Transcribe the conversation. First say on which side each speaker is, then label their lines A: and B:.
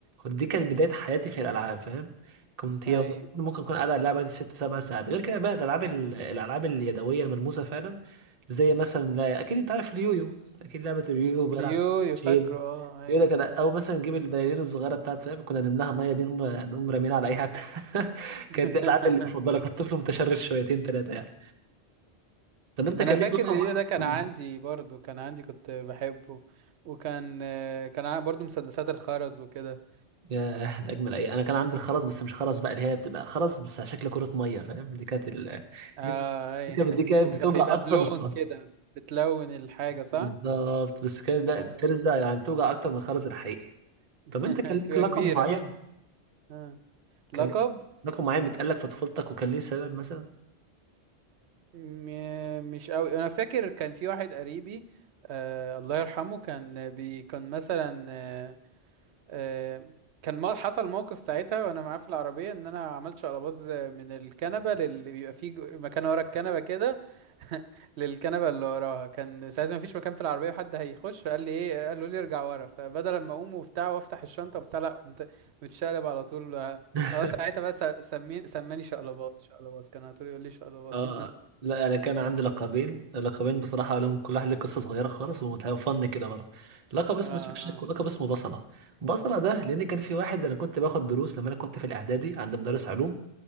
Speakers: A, on the right; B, on the right.
A: ودي كانت بدايه حياتي في الالعاب فاهم كنت يا
B: ايوه
A: والله ممكن اكون قاعد على اللعبه دي ست سبع ساعات غير كده بقى الالعاب ال- الالعاب اليدويه الملموسه فعلا زي مثلا لا اكيد انت عارف اليويو اكيد لعبه اليويو بلعب
B: اليو
A: شيل
B: فاكره اه ايوه
A: يقول لك انا او مثلا نجيب البلالين الصغيره بتاعت فاهم كنا نملاها ميه دي نقوم نقوم رامينها على اي حد <laughs>
B: <laughs>
A: كانت دي العاب المفضله كنت طفل متشرد شويتين ثلاثه يعني طب انت كان
B: انا فاكر
A: ليك لقب
B: اليو ده كان
A: معين
B: عندي برضو كان عندي كنت بحبه وكان آه، كان عن- برضو مسدسات الخرز وكده
A: ياه ده اجمل اي انا كان عندي الخرز بس مش خرز بقى اللي هي بتبقى خرز بس على شكل كره ميه فاهم دي كانت ال...
B: اه
A: دي
B: اي
A: دي كانت
B: <laughs>
A: دي كانت
B: وكان
A: بتوجع
B: بيبقى
A: اكتر
B: بلون
A: من الخرز
B: كده بتلون الحاجة صح
A: بالظبط بس كانت بقى
B: آه،
A: بترزع
B: أي.
A: يعني توجع اكتر من الخرز الحقيقي
B: <laughs>
A: طب انت كان
B: بتبقى
A: ليك لقب
B: كبيرة
A: معين
B: آه. لقب
A: كان ليك لقب معين بيتقال لك في طفولتك وكان ليه سبب مثلا
B: م- مش قوي انا فاكر كان في واحد قريبي آه الله يرحمه كان بي كان مثلا آه، آه، كان ما حصل موقف ساعتها وانا معاه في العربيه ان انا عملت شقلباز من الكنبه للي بيبقى فيه جو- مكان ورا الكنبه كده <laughs> للكنبه اللي وراها كان ساعتها مفيش مكان في العربيه وحد هيخش فقال لي ايه قالوا لي ارجع ورا فبدل ما اقوم وبتاع وافتح الشنطه وبتاع لا قمت متشقلب على طول
A: <laughs>
B: اه ساعتها بس سمي سماني شقلباز شقلباز كان على طول يقول لي شقلباز
A: اه
B: <laughs>
A: لا انا كان عندي لقبين لقبين بصراحه لهم كل واحد له قصه صغيره خالص ومتفن كده برضه لقب اسمه
B: اه اه
A: شكشك ولقب اسمه بصله بصله ده لان كان في واحد انا كنت باخد دروس لما انا كنت في الاعدادي عند مدرس علوم